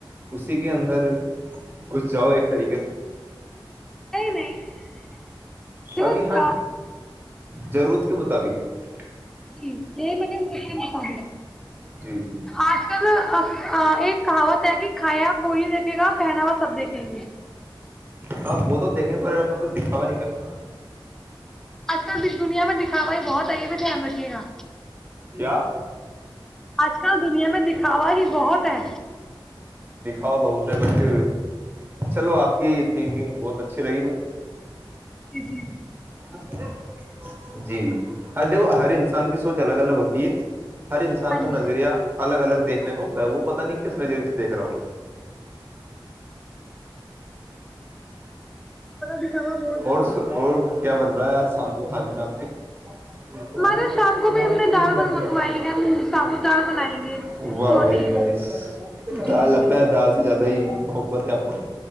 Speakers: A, on the right; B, in the centre.
A: اسی کے اندر کھ جاؤ ایک طریقے سے
B: <inaudible> دیکھو
A: اگی ہاں
B: چار
A: ضرورت کے مطابق <unintelligible>
B: جی یہ مجے بتا
A: جی جی
B: آج کل ایک کہاوت ہے کہ کھایا کوئی نہیں دیکھے گا پہناوا سب دیکھیں گی
A: ہاں وہ تو دیکھنے پڑےا اپ کو دکھاوا نہیں کرنا نا
B: اچھل دنیا میں دکھا بائی بہت آئی یہ بھی دھیان رکھیے گا
A: کیا
B: آج کل دنیا میں دکھاوا ہی بہت ہے
A: ا بہت ہے بٹ چلو آپ کی تھنکنگ بہت اچھی لگی مجھے
B: جیی
A: <inaudible> جی ہ د ہرین انسان کی سوچ الگ الگ ہوتی ہے ہر انسان
B: ہاں
A: کا
B: جی
A: نظریہ الگ الگیکھنے کا ہوتا ہے وہ پتا نہیں کس نظریے سے دیکھ رہا ہوں
B: ہ <unintelligible> سوا بہت ضروری
A: اور
B: ہے
A: اور کیا بن رہا ہے آج شام کو کھانے میں آپ کے <unintelligible> <unintelligible>
B: ہمارے شام کو بھی ہم نے دال منگوائی ہے مونگ ثابوت دال بنائیں گے پروٹین جی جی